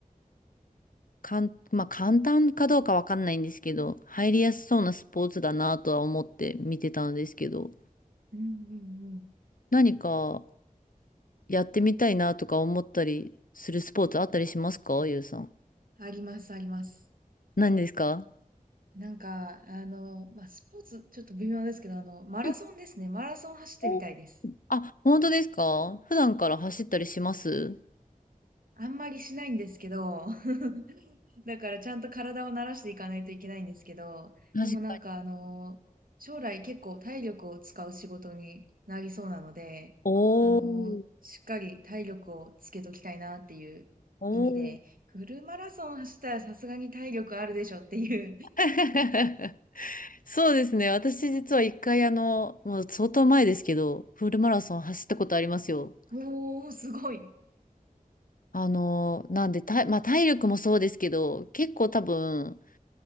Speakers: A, on the left; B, on the right.
A: かん、まあ、簡単かどうかわかんないんですけど、入りやすそうなスポーツだなとは思って見てたんですけど、
B: うんうんうん。
A: 何かやってみたいなとか思ったりするスポーツあったりしますかゆうさん。
B: あります、あります。
A: 何ですか
B: なんか、あの、まあ、スポーツ、ちょっと微妙ですけど、あの、マラソンですね。
A: うん
B: マラソン走ってみたいです。
A: おあ、本当ですか普段から走ったりします
B: あんまりしないんですけど、<laughs> だからちゃんと体を慣らしていかないといけないんですけど、
A: 確かに。
B: でもなんかあの、将来結構体力を使う仕事になりそうなので、
A: おー、
B: あの、しっかり体力をつけときたいなっていう意味で、
A: おー。
B: フルマラソン走ったらさすがに体力あるでしょっていう、<laughs>
A: <laughs> そうですね。私実は一回あの、もう相当前ですけど、フルマラソン走ったことありますよ。
B: おー、すごい。
A: あの、なんで、た、まあ、体力もそうですけど、結構多分、